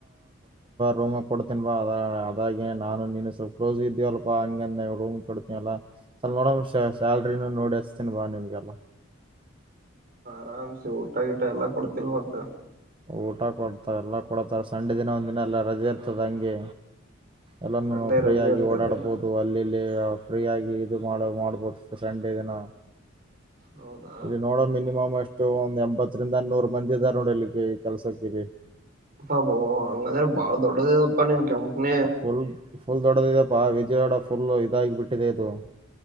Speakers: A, on the right; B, on the right.
A: ರೂಮ ಕೊಡ್ತೀನ್ ಬಾ ಅ ಅದಾಗೆ ನಾನು ನೀನು ಸ್ವಲ್ಪ ಕ್ಲೋಸ್ ಇದ್ದೀವಲ್ಪಾ ಹಂಗಂದ ರೂಮ್ ಕೊಡ್ತೀನಲ್ಲ ಸ್ವಲ್ಪ ನಡ ಸ್ಯಾಲ್ರಿನೂ ನೋಡಸ್ತೀನ್ ಬಾ ನಿಮ್ಗೆಲ್ಲ
B: ಆರಾಮ್ಸ ಊಟ ಗಟ ಎಲ್ಲಾ ಕೊಡ್ತಿಲ್ ಮತ್ತೆ
A: ಊಟ ಕೊಡ್ತಾರ ಎಲ್ಲಾ ಕೊಡ್ತಾರ ಸಂಡೆ ದಿನ ಒಂದ್ ದಿನ ಎಲ್ಲ ರಜೆ ಇರ್ತದ ಹಂಗೆ ಎಲ್ಲಾನ
B: ಸಂಡೆ
A: ಫ್ರೀಯಗಿ
B: ರಜೆ ಇರ್ತೈತೆೇನ
A: ಓಡಾಡಬಹುದು ಅಲ್ಲಿಲ್ಲಿ ಫ್ರೀ ಆಗಿ ಇದು ಮಾಡ ಮಾಡ್ಬೋದು ಸಂಡೆ ದಿನ
B: ಹೌದಾ
A: ಇರಿ ನೋಡೋ ಮಿನಿಮಮ್ ಅಷ್ಟು ಎಷ್ಟ ಒಂದು ಎಂಬತ್ತರಿಂದ ಅನ್ನೂರು ಮಂದಿ ಇದ್ದಾರೋಡಲ್ಲಿ ಕೆಲ್ಸಕ್ಕೀರಿ
B: ಅಬ ಅಂಗ ಬಾಳ ದೊಡ್ಡ ಪ್ಪಾನ ಕನ
A: ಫುಲ್ ಫುಲ್ ದೊಡ್ಡದಿದೆಪ್ಪಾ ವಿಜಯವಾಡ ಫುಲ್ ಇದಾಗಿ ಬಿಟ್ಟಿದೆ ಇದು